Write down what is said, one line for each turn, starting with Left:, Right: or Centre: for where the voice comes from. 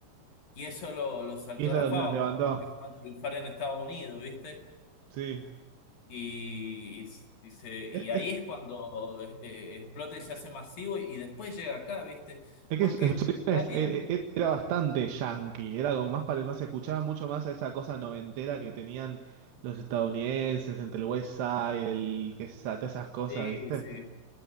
Left: Y eso lo, lo saltó
Right: y eso
Left: a la
Right: los,
Left: fama,
Right: los levantó.
Left: porque empezó a triunfar en Estados Unidos, ¿viste?
Right: Sí.
Left: Y, y, y se, y
Right: Es
Left: ahí es cuando eh, eh, explota y se hace masivo y después llega acá, ¿viste?
Right: Es
Left: Porque
Right: que su- en sus
Left: está
Right: orígenes
Left: bien.
Right: e- e- era bastante yankee, era como más, pare- más se escuchaba mucho más a esa cosa noventera que tenían los estadounidenses entre el West Side, el que esa- todas esas cosas,
Left: Sí,
Right: ¿viste?
Left: sí.